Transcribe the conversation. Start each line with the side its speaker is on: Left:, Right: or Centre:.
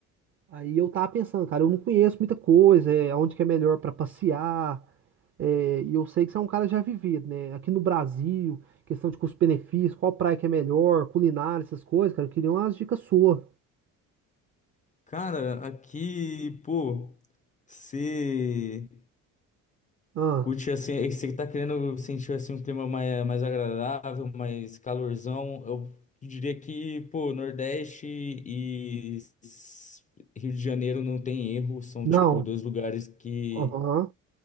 Right: Aí eu tava pensando, cara, eu não conheço muita coisa, é, aonde que é melhor pra passear. eh, e eu sei que você é um cara já vivido, né? Aqui no Brasil, questão de custo-benefício, qual praia que é melhor, culinária, essas coisas, cara. Eu queria umas dicas suas.
Left: Cara, aqui, pô, você
Right: Ah,
Left: curte assim, você tá querendo sentir assim um clima mais, mais agradável, mais calorzão. Eu diria que, pô, Nordeste e s- Rio de Janeiro não tem erro, são
Right: não.
Left: tipo dois lugares que
Right: Aham.